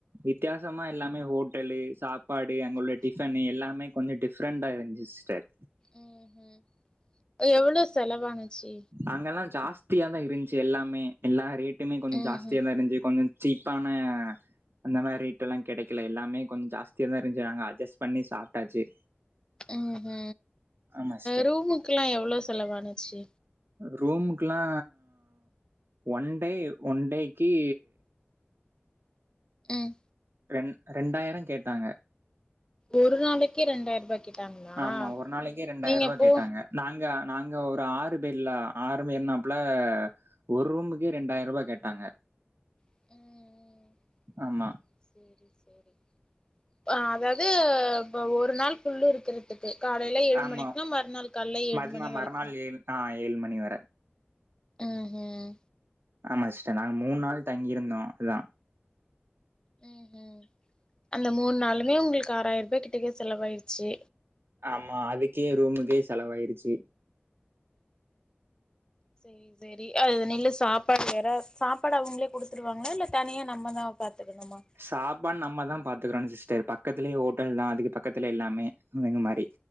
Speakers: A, on the right; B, on the left.
A: வித்தியாசமா எல்லாமே ஹோட்டலு சாப் பாடு அங்க உள்ள டிஃபன் எல்லாமே கொஞ்சோ டிஃப்ரெண்டா இருந்துச்சி சிஸ்டர்
B: ம் ம் எவ்ளோ செலவானுச்சு
A: அங்கல்லா ஜாஸ்தியா தா இருந்துச்சு எல்லாமே எல்லா ரேட்டுமே கொஞ்சோ
B: ம்ஹும்
A: ஜாஸ்தியா தா இருந்துச்சு கொஞ்சோ சீப்பான அந்த மாரி ஐட்டம்ல்லா கெடைக்கல எல்லாமே கொஞ்சோ ஜாஷ்தியாதா இருந்துச்சு நாங்க அஜஸ்ட் பண்ணி சாப்ட்டாச்சு
B: ம் ஹூ
A: ஆமா சிஸ்டர்
B: ரூமுக்ககெல்லா எவ்ளோ செலவானுச்சு
A: ரூமுகுல்லா ஒன் டே ஒன் டேக்கி
B: ம்
A: ரெண் ரெண்டாயிரோ கேட்டாங்க
B: ஒரு நாளைக்கே ரெண்டாயிர ரூபா கேட்டாங்களா
A: ஆமா ஒரு நாளைக்கு ரெண்டாயிரூவா
B: நீங்க போ
A: கேட்டாங்க நாங்க நாங்க ஒரு ஆறு பேர்ல ஆறு பேர்னாப்புல ஒரு ரூமுக்கே ரெண்டாயிர ரூபா கேட்டாங்க
B: ம் ம்
A: ஆமா
B: சேரி சேரி ஆ அதாவது இப்ப ஒரு நாள் ஃபுல்லு இருக்குறது க்கு காலேல ஏழு
A: ஆமா
B: மணிக்குன்னா மறுநாள் காலேல ஏழு
A: மதினா
B: மணி
A: மறுநாள்
B: வரைக்கு
A: ஏழு ஆ ஏழு மணி வர
B: ம் ம்
A: ஆமா சிஸ்டர் நாங்க மூணு நாள் தங்கியிருந்தோ எல்லா
B: ம் ம் அந்த மூணு நாளுமே உங்களுக்கு ஆறாயிரரூபா கிட்டக்க செலவாயிருச்சு
A: ஆமா அதுக்கே ரூமுக்கே செலவாயிருச்சி
B: சேரி சேரி அதுனில்ல சாப்பாடு வேற சாப்பாடு அவங்களே குடுத்துருவாங்களா இல்ல தனியா நம்மதா பாத்துக் என்னம்மா
A: சாப்பாடு நம்மதா பாத்துக்கிறனு சிஸ்டர் பக்கத்துலயே ஹோட்டல் தா அதுக்கு பக்கத்துல எல்லாமே இங்க மாரி